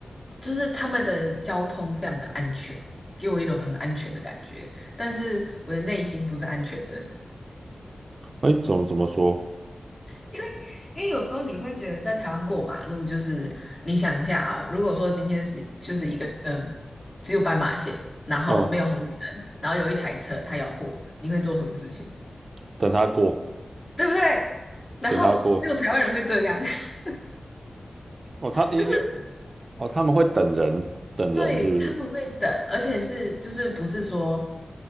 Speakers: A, on the left; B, on the right.
A: 就是他们的交通非常的安全，给我一种很安全的感觉，但是我的内心不是安全的，
B: 诶，怎么怎么说？
A: 因为因为有时候你会觉得在台湾过马路，就是你想一下啊、如果说今天是就是一个嗯只有斑马线，然后没有红绿灯，
B: 哦，
A: 然后有一台车它要过，你会做什么事情？
B: 等他过，
A: 对不对？然后只有台湾人会这样，
B: 等他过。
A: <laughs>
B: 哦，他因因哦，
A: 就是
B: 他们会等人，等人是不是？
A: 对他们会等，而且是就是不是说